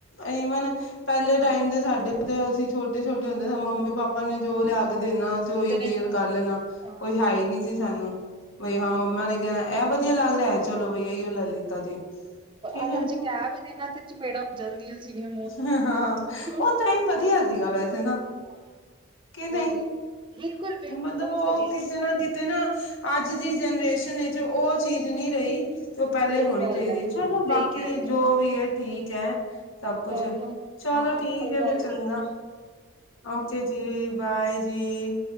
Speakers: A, on the left; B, on the right.
A: ਈਵਨ ਪਹਿਲੇ ਟਾਈਮ ਦੇ ਸਾਡੇ। ਅਸੀਂ ਛੋਟੇ-ਛੋਟੇ ਹੁੰਦੇ ਸੀ ਮੰਮੀ ਪਾਪਾ ਨੇ ਜੋ ਲਿਆ ਕੇ ਦੇਣਾ। ਤੋਂ ਉਹੀ
B: ਤੇ
A: ਵੀਅਰ ਕਰ ਲੈਣਾ।
B: ਹਾਂ
A: ਕੋਈ ਹੈ ਹੀ ਨੀ ਸੀ। ਸਾਨੂੰ ਬਈ ਹਾਂ ਮੰਮਾ ਨੇ ਕਹਿਣਾ ਐ ਵਧੀਆ ਲੱਗ ਰਿਹਾ ਆ ਚਲੋ ਬਈ ਇਓ ਲੈ ਲਿੱਤਾ ਜੀ। ਠੀਕ
B: ਅਗਰ
A: ਹੈ
B: ਜੇ ਕਹਿ ਵੀ ਦੇਨਾ ਤੇ ਚਪੇੜਾਂ ਹੋ ਜਾਂਦੀਆਂ ਸੀਗੀਆਂ।
A: ਹੂੰ, ਹਾਂ।
B: ਨੂੰ।
A: ਓ ਟਾਈਮ ਵਧੀਆ ਸੀਗਾ ਵੈਸੇ ਨਾ।
B: ਹਾਂ।
A: ਕੀ ਨਹੀ
B: ਬਹੁਤ ਬਿਲਕੁਲ ਬਿਲਕੁਲ
A: ਮਤਲਬ
B: ਬਹੁਤ
A: ਓ
B: ਵਧੀਆ
A: ਕਿਤੇ
B: ਸੀ।
A: ਨਾ ਕਿਤੇ ਨਾ। ਅੱਜ ਦੀ ਜਨਰੇਸ਼ਨ ਵਿੱਚ ਓ ਚੀਜ਼ ਨਹੀਂ ਰਹੀ। ਜੋ ਪਹਿਲੇ
B: ਸਹੀ
A: ਹੋਣੀ
B: ਗੱਲ
A: ਚਾਈਦੀ
B: ਹੈ,
A: ਆ। ਚਲੋ
B: ਸਹੀ
A: ਬਾਕੀ
B: ਕਹਿ ਰਹੇ
A: ਜੋ
B: ਹੋ
A: ਵੀ ਐ। ਠੀਕ ਆ ਸਭ ਕੁਛ।
B: ਹਾਂ
A: ਚਲੋ
B: ਹਾਂ
A: ਠੀਕ
B: ਕੋਈ
A: ਹੈ,
B: ਗੱਲ
A: ਫਿਰ ਚੰਗਾ,
B: ਨੀ
A: ਓਕੇ ਜੀ, ਬਾਏ ਜੀ।